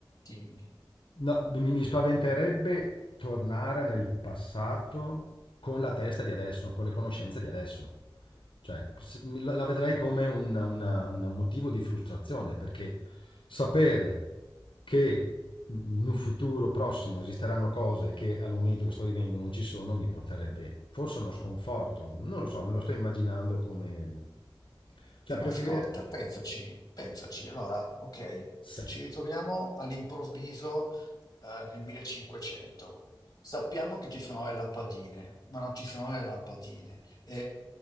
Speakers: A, on the left; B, on the left.
A: Dimmi.
B: No, mi, mi spaventerebbe tornare nel passato con la testa di adesso, con le conoscenze di adesso. Cioè, s- mi- la la vedrei come un una- un motivo di frustrazione, perché sapere che in un futuro prossimo esisteranno cose che al momento che sto vivendo non ci sono, mi porterebbe forse a uno sconforto. Non lo so, me lo sto immaginando come... Cioè,
A: Eh, ma
B: preferire...
A: ascolta, pensaci, pensaci. Allora, ok,
B: Sì.
A: ci ritroviamo all'improvviso eh, nel 1500. Sappiamo che ci sono le lampadine, ma non ci sono le lampadine e